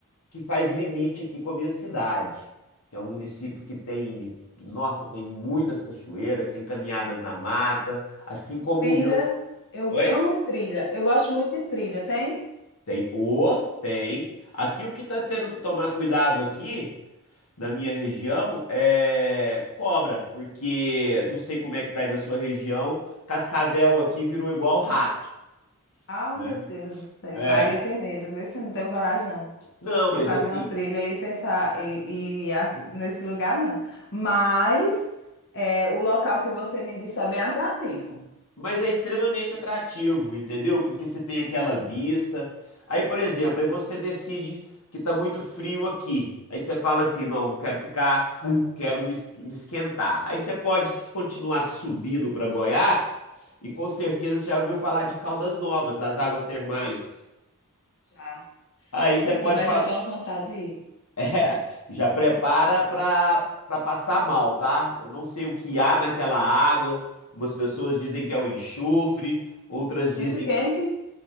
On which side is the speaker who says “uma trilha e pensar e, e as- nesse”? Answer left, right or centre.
Left